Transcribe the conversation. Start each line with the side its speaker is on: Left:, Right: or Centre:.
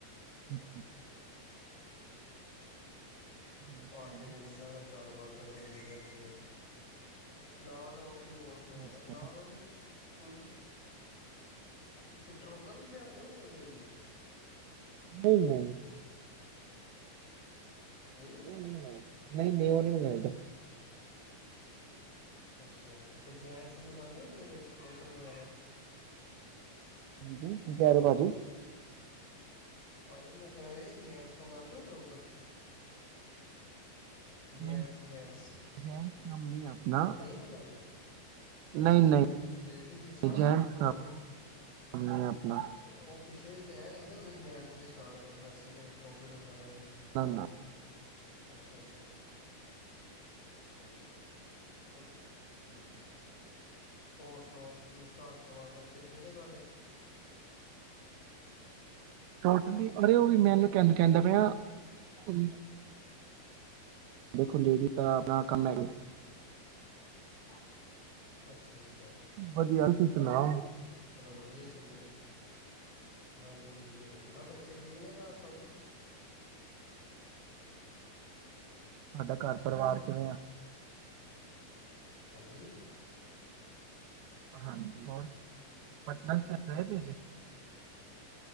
Right: ਅੱਛਾ। ਹੋਰ ਸੁਣਾਓ
Left: ਪਾਰਟੀ ਨੂੰ ਮਿਲਣਾ ਫੇਿਰ ਗੱਲਬਾਤ। <inaudible> ਬਿਜ਼ਨਸ ਦੀ ਕੋਈ ਨਾਲ ਤਾਂ ਉਹ। ਕੀ ਬੋਲਦੇ
Right: ਅੱਛਾ
Left: ਨਾਲੋਂ। ਤੁਸੀਂ ਫਿੱਟਰ ਟਰੋਜ਼ਰ ਵੀ ਲਿਆਂਦੇਓ ਨਹੀਂ ਲੇਡੀਜ਼
Right: ਨਹੀਂ ਨਹੀਂ।
Left: ਹਾਂਜੀ
Right: ਉਹ ਨੀ ਮਨ ਨਹੀਂ ਨ ਉਹ ਨਹੀਂ ਹਣਾ ਇਹਦਾ
Left: ਅੱਛਾ ਅੱਛਾ ਤੇ ਜੈਂਟਸ ਮੰਗਵਾਉਦੇ ਹੋ ਟਰੋਜ਼ਰ ਵਗੈਰਾ
Right: ਹਾਂਜੀ ਕੀ ਕਹਿ ਰਹੇ ਭਾਜੀ।
Left: ਭਾਜੀ ਮੈਂ ਕਹਿ ਰਹੇ ਸੀ ਜੇਨਟਸ ਮੰਗਵਾਉਦੇ ਹੋ ਟਰਊਜ਼ਰ ਜੈਂਟਸ
Right: ਨਹੀਂ
Left: ਜੈਂਟਸ
Right: ਜੈਨ ਕੰਮ ਨਹੀਂ ਆਪਣਾ
Left: ਨਹੀਂ ਮੰਗਵਾਉਂਦੇ।
Right: ਨਹੀਂ ਨਹੀਂ
Left: ਅੱਛਾ ਲੇਡੀਜ਼ ਹੀ ਸਾਰਾ
Right: ਜੈਂਟਸ
Left: ਟੋਟਲ
Right: ਕੰਮ ਨਹੀਂ ਹੈ ਆਪਣਾ
Left: <inaudible> ਪਿੱਛੇ ਜ ਕਹਿ ਰਹੇ ਨਾ ਤੁਸੀਂ ਜੈਂਟਸ ਵੀ ਸਟਾਰਟ ਕਰਨਾ ਅਸੀਂ ਅਤੇ ਟਰੋਜ਼ਰ ਵਗੈਰਾ ਵੀ
Right: ਨਾ ਨਾ।
Left: ਅੱਛਾ ਅੱਛਾ। ਅੱਛਾ ਅੱਛਾ ਅੱਛਾ। ਅ ਠੀਕ ਠੀਕ ਹੋਰ ਸੁਣਾਓ ਤੁਸੀਂ ਤੁਸੀ ਘਰ ਪਰਿਵਾਰ ਬੱਚ ਅੱਛਾ ਠੀਕ ਹੈ ਤੁਹਾਡੇ।
Right: ਟੋਟਲੀ ਅਰੇ ਉਹ ਵੀ ਮੈਨੂੰ ਕਹ ਕਹਿੰਦਾ ਪ ਦੇਖੋ ਲੇਡੀ ਤਾਂ ਆਪਣਾ ਕੰਮ ਹੈ।
Left: ਅੱ। ਅੱਛਾ ਅੱਛਾ
Right: ਵਧੀਆ ਤੁਸੀਂ
Left: ਚਲੋ
Right: ਸੁਣਾਓ
Left: ਠੀਕ ਠੀਕ ਚਲੋ ਵਧੀਆ ਚੱਲਦਾ। ਹਾਂਜੀ ਵਧੀਆ ਹੋਰ ਮੈਮ ਬੱਚੇ ਠੀਕ ਨੇ ਘਰ ਸਭ
Right: ਤੁਹਾਡਾ ਘਰ ਪਰਿਵਾਰ ਕਿਵੇਂ ਆ।
Left: ਹਾਂਜੀ।
Right: ਹਾਂਜੀ ਹੋਰ ਪਟਨਾ ਸਾਹਿਬ ਰਹੇ ਤੇ ਜੇ